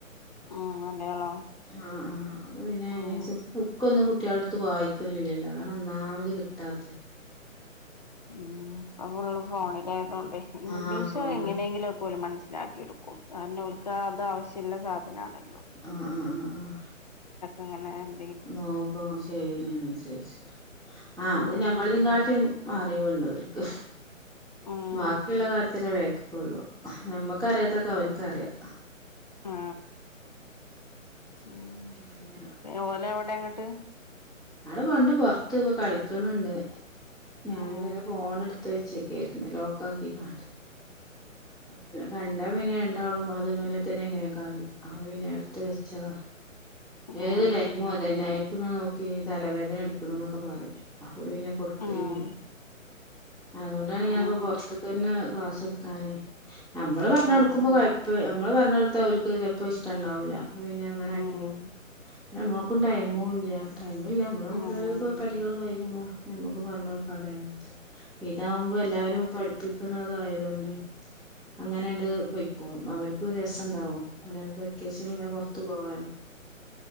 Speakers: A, on the left (about 35°); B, in the centre.
A: ഉം മലയാളം
B: ആ ആ അപ്പോ പിന്നെ അയിനനുസരിച്ച്
A: ഉം
B: ബുക്കൊന്നും കൊട് കുട്ടികളുടുത്ത് വായിക്കണില്ലല്ലോ അതാണ് ഒന്നാമത് കിട്ടാത്തെ.
A: മ് ഇപ്പോ ഫുള്ള് ഫോണിലായതൊണ്ടെ ഇംഗ്ലീഷോ
B: ആഹ് ഫോണ്
A: എങ്ങനെങ്കിലും ഒക്കെ ഓന് മനസ്സി മനസ്സിലാക്കിയെടുക്കും, കാരണം അര്ക്ക് ആ അത് ആവശ്യള്ള സാധനാണ്.
B: ആ ആ ആ ആ
A: അങ്ങനെ
B: നോക്കും ശ്യനനുസരിച്ച് ആ
A: ഉം
B: അത് പിന്നെ ഞമ്മളില് കാട്ടിയും അറിവുണ്ട് ഓര്ക്ക്,
A: ഉം
B: ബാക്കിയുള്ള കാര്യത് <unintelligible> വേക്കക്കൊള്ളു, നമ്മക്ക് അറിയാത്തൊക്കെ അവർക്കറിയാം.
A: ആ മ്
B: പിന്നെ
A: ഓലെ എവിടെങ്ങട് ട്ട്
B: അടെ പണ്ട് പൊറത്ത് ഇപ്പോ കളിക്കണണ്ട് ഞാനിങ്ങനെ
A: ഉം
B: ഫോൺ എടുത്ത് വെച്ചേ ക്കെരുന്ന്, ലോക്കാക്കിക്കാണല്ലേ. ഉം കണ്ടാ പിന്നെ രണ്ടാളും അത് മലെ തന്നെ ഇങ്ങന കളി അപ്പോ പിന്നെ എടുത്ത് വെച്ചതാ.
A: ഉം
B: ഏത്
A: ഉം
B: ടൈമും അത് തന്നെ ആയി ഇത് ഇങ്ങനെ നോക്കി തലവേദന എടുക്കണ്ന്നൊക്കെ പറയും, അപ്പോ പിന്നെ കൊടുക്കലില്ല.
A: ഉം ആഹ്
B: അതുകൊണ്ടാണ്
A: ഉം
B: ഞാൻ ഇപ്പോ പൊറത്തക്ക് തന്നെ ക്ലാസ് എടുക്കാന് നമ്മള് പറഞ്ഞ് കൊടുക്കുമ്പോ
A: ആഹ്
B: കൊഴപ്പ നമ്മള് പറഞ്ഞൊടുത്ത ഓൽക്ക് ചെലപ്പോ ഇഷ്ടണ്ടാവുല്ല, അപ്പ പിന്നെ അങ്ങനെ ആക്കിയതാ.
A: ഉം ഉം
B: നമ്മക്കും ടൈമും ഇല്ല ടൈമല്ല നമ്മള്
A: ഉം
B: ഓരോരോ പടികളും കഴിക്മ്പോ ഞമ്മക്ക് പറഞ്ഞു കൊടുക്കാൻ ടൈം ഇതാവുമ്പോ എല്ലാരും പഠിപ്പി ത ആയത കൊണ്ട് അങ്ങനെണ്ട് പൊക്കോളും അവർക്ക് രസം ണ്ടാവും അങ്ങനെ വെക്കേഷനിൽ ഇങ്ങനെ പുറത്തു പോവാന്